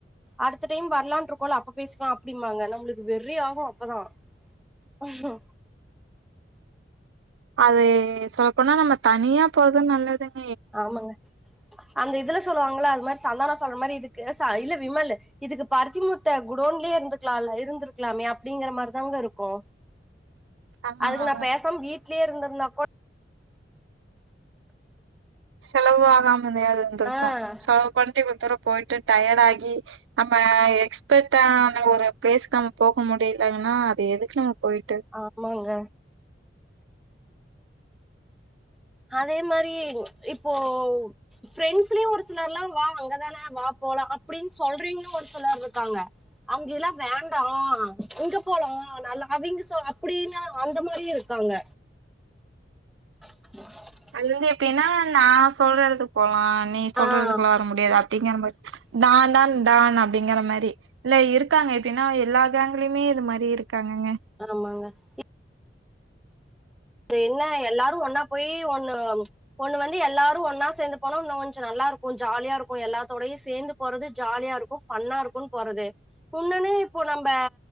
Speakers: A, in the centre; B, on the right (about 85°).
A: அடுத்த டைம் வரலான்றுக்கோல்ல அப்ப பேசிக்கலாம் அப்டிம்பாங்க நம்மளுக்கு வெறி ஆகு அப்பதா ஆயிரு
B: அது சொல்லபோனா நம்ம தனியா போறதா நல்லதுங்
A: ஆமாங்க அந்த இதுல சொல்லுவாங்ல்ல அது மாரி சந்தானோ சொல்ற மாரி இதுக்கு சை இல்ல விமலு இதுக்கு பருத்தி மூட்ட குடோன்லயே இருந்துக்கலால்ல இருந்திருக்கலாமே அப்டிங்கிற மாரிதாங்க இருக்கு
B: ஆஹ்
A: அதுக்கு நா பேசாம வீட்லயே இருந்திருந்தா கூட
B: செலவு ஆகாமயதையாது இருந்திருக்கு
A: ஆஹ்
B: செலவு பண்ட்டு இவளோ தூரோ போய்ட்டு டயர்டு ஆகி நம்ம எக்ஸ்பர்ட்டான ஒரு பிளேஸ்க்கு நம்ம போக முடிலன்னா அது எதுக்கு நம்ம போய்ட்டு
A: ஆமாங்க அதே மாரி இப்போ ஃப்ரெண்ட்ஸ்லயு ஒரு சிலர்ல்லா வா அங்கதான வா போலா அப்டின்னு சொல்றீங்கவளூ ஒரு சிலர் இருக்காங்க அங்கெல்லா வேண்டா இங்க போலா நல்லா அவிங்க சொ அப்டின்னா அந்த மாரியு இருக்காங்க ஹ
B: அது வந்து எப்டின்னா நா சொல்ற எடத்துக்கு போலா நீ சொல்றதுக்கெல்லா
A: ஆஹ்
B: வர முடியாது அப் டிங்கற மாரி நான் தான் டான் அப்டிங்கிற மாரி இல்ல இருக்காங்க எப்டின்னா எல்லா கேங்லயுமே இது மாரி இருக்காங்கங்க
A: ஆமாங்க இப் இது என்ன எல்லாரு ஒன்னா போயி ஒன்னு ஒன்னு வந்து எல்லாரு ஒன்னா சேந்து போலா இன்னு கொஞ்ச நல்லாருக்கும் ஜாலியா இருக்கு எல்லாத்தோடயு சேந்து போறது ஜாலியா இருக்கு ஃபன்னா இருக்குன்னு போறது உன்னொன்னு இப்ப நம்ப